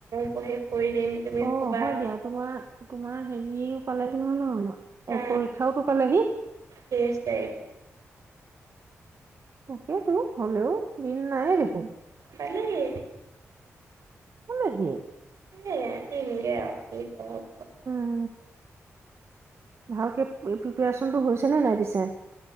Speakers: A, on the right; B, on the right.
A: পঢ়ো শুই পঢ়ি দিম তুমি
B: অ
A: শুবা
B: হয় দিয়া তোমাৰ তোমাৰ হেৰিও পালেহি নহয় ন
A: হা
B: এই পৰীক্ষাওটো পালেহি
A: তেইছ তাৰিখে
B: তাকেইতো হ'লেও দিন নায়ে দেখোন
A: পালেহি
B: <unintelligible>
A: এ নিমকে আৰু কি হক
B: উ ভালকে প্ৰিপাৰচনতটো হৈছে নে নাই পিছে